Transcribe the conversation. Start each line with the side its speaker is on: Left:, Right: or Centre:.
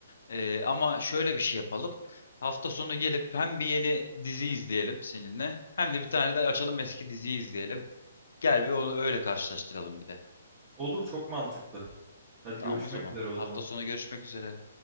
Left: E, ama şöyle bir şey yapalım. Hafta sonu gelip hem bir yeni dizi izleyelim seninle hem de bir tane de açalım eski diziyi izleyelim. Gel bir onu öyle karşılaştıralım bir de.
Right: Olur çok mantıklı. Hadi
Left: Tamam
Right: görüşmek
Left: o zaman.
Right: üzere o
Left: Hafta
Right: zaman.
Left: sonu görüşmek üzere.